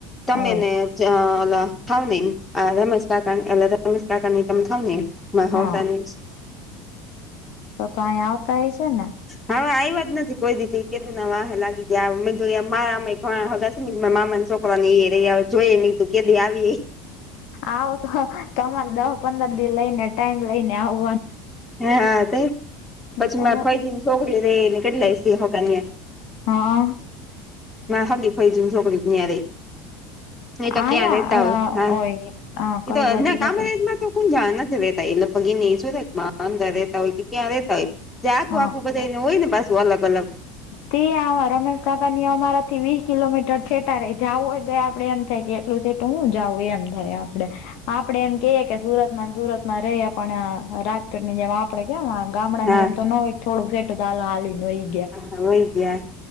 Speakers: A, on the left; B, on the left.
A: તમે
B: હોય
A: ને ચ ઓલ થાવ ને એમ આ રમેશકાકા અ રમેશકાકા ને ઈ તમે થાવ ને એમ. માર હહરા
B: હા
A: ને ઈ છે.
B: તો તો અહીંયા આવતા હઈસે ને?
A: હહ આઈવા જ નથી કોઈદી તે ઈ કેદુના વાહે લાગી ગયા મે કીધું અહીંયા મારામાં એ ઘણા હગા સ માર મામાનો સોકરા ને ઈ રે હવે જોઈએ નહી તું કેદી આવી ઈ.
B: આવો તો તમારે દ પંદર દિ લઈને ટાઈમ લઈને આવું.
A: હા તઈ પછી
B: એ તો
A: માર ફઈજીની સોકરી રે ને કેટલાય સે હગા ન્યા.
B: હહ
A: માર હગી ફઈજીની સોકરી જ ન્યા રે. એતો
B: અહીંયા
A: ક્યાં રેતા હોય હા.
B: ઓય કઈ
A: એતો
B: બાજુ
A: ના કામરેજમાં
B: રેતા
A: તો કોન જાણે નથી રેતા ઈ લગભગ એની ઈ સુરતમાં અંદર રેતા હોય કે ક્યાં રેતા હોય જો આખું
B: હા
A: આખું બધ ધેયને હોય ને પાસું અલગ અલગ.
B: તે આવા રમેશકાકાની ઈ અમારાથી વીહ કિલોમીટર છેટા રે જાવું હોય તો આપડે એમ થાય કે એટલું સે ટુ હું જાઉં એમ થાય આપ ડે આપડે એમ કહીએ કે સુરતમાં ને સુરતમાં રહીએ પણ રાજકોટની જેમ આપ આપડે કેમ આમ ગામડાની
A: હા
B: જેમ તો ન હોય કે થોડુંક સેટુ તો હાલો હાલીને વહી ગયા.
A: વહી ગયાં.